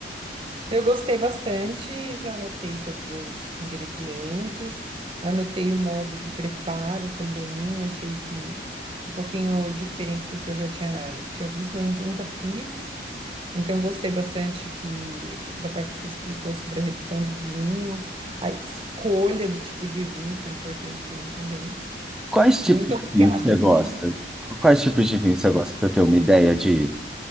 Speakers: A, on the right; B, in the centre.
A: eu gostei bastante, já anotei todos os ingredientes, anotei o modo de preparo também, achei que um pouquinho diferente do que eu já tinha, tinha visto, mas eu nunca fiz. Então, eu gostei bastante que da parte que você explicou sobre a redução do vinho, a escolha do tipo de vinho foi importante para mim também.
B: Quais tipos
A: Muito obrigada,
B: de vinho que você gosta?
A: viu?
B: Quais tipos de vinho você gosta para ter uma ideia de,